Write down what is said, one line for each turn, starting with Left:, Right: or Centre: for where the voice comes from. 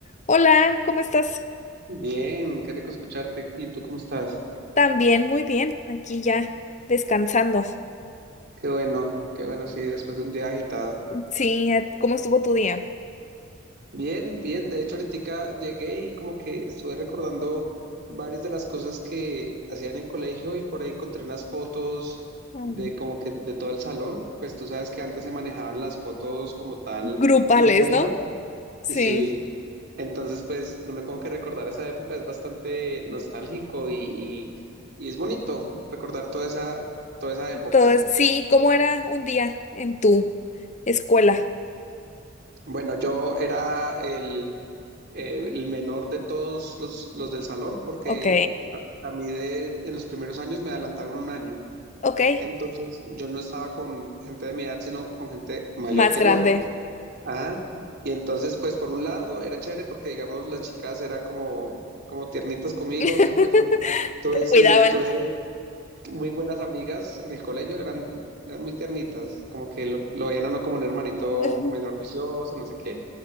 Left: Hola, ¿cómo estás?
Right: Bien, qué rico escucharte. ¿Y tú cómo estás?
Left: También, muy bien, aquí ya descansando.
Right: Qué bueno, qué bueno, sí, después de un día agitado.
Left: Sí, eh, ¿cómo estuvo tu día?
Right: Bien, bien. De hecho, ahorita llegué y como que estuve recordando varias de las cosas que hacían en colegio y por ahí encontré unas fotos
Left: Mm.
Right: de como que de todo el salón. Pues tú sabes que antes se manejaban las fotos como tal
Left: Grupales,
Right: impresas.
Left: ¿no? Sí.
Right: Sí, entonces pues uno como que recordar esa época es bastante nostálgico y, y, y es bonito recordar toda esa, toda esa
Left: Entonces,
Right: época.
Left: sí, ¿cómo era un día en tu escuela?
Right: Bueno, yo era el, eh, el menor de todos los, los del salón porque
Left: Ok,
Right: a, a mí de, en los primeros años me adelantaron un año.
Left: ok,
Right: Entonces yo no estaba con gente de mi edad, sino con gente mayor
Left: más
Right: que
Left: grande.
Right: yo. Ajá. Y entonces, pues por un lado era chévere porque, digamos, las chicas era como, como tiernitas conmigo,
Left: <laughs>
Right: siempre fue- tuve,
Left: Te
Right: sí,
Left: cuidaban.
Right: tuve muy buenas amigas en el colegio, eran, eran muy tiernitas, como que lo, lo veían a uno como un hermanito
Left: Ujú.
Right: menor juicioso, no sé qué.